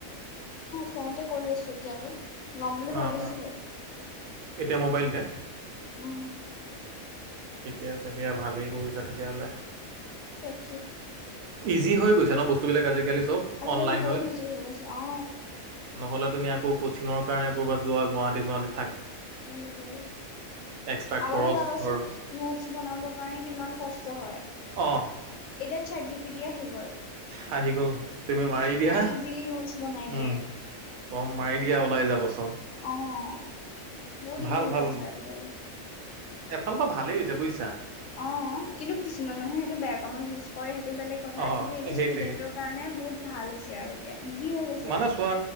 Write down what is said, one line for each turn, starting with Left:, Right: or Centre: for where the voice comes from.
Left: চনতে কৰি আছেো এতিয়াতো ল'ম বুলি
Right: অ',
Left: ভাবিছো
Right: অ'।
Left: হয়
Right: এতিয়া মোবাইলতে
Left: উম,
Right: ঠিকে আছে দিয়া ভালেই কৰিছা তেতিয়াহ'লে
Left: তাক
Right: ইজি হৈ গৈছে ন বস্তুবিলাক আজিকালি চব
Left: আজিকালি
Right: অনলাইন
Left: বহুত
Right: হয়
Left: ইজি হৈ গৈছে অ
Right: নহ'লে তুমি আকৌ কচিঙৰ কাৰণে ক'বাত যোৱা গুৱাহাটীুৱাহী
Left: সেইটোৱে
Right: এক্সট্ৰা
Left: আগৰে
Right: খৰচ
Left: ভাবচোন
Right: ধৰ
Left: নোটছ বনাব আ কিমান কষ্ট হয় এতিয়া
Right: অ'
Left: চাৰ জিপিটি আহি গ'ল
Right: হাহি গল তুমি মাৰি
Left: কিমান
Right: দিয়া
Left: ইজিলি নোটছ বনাই দিয়ে।
Right: উম ৰম মাৰি দিয়া ওলাই যাবচোন
Left: অ', বহুত
Right: ভাল
Left: ইজি হৈ
Right: ভাল
Left: গৈছে আজিকালি
Right: এফালৰ পৰা ভালেই হৈছে বুজিছ
Left: অ', কিন্তু কিছুমান মানুহে সেইটো বেয়া কামত ইউজ কৰে সেইটো বেলেগ কথা
Right: অ'
Left: কিন্তু এনে
Right: সেইটোৱে।
Left: ষ্টুডেন্টৰ কাৰণে বহুত ভাল হৈছে আৰু এতিয়া ইজি হৈ গৈছে।
Right: মানে চোৱা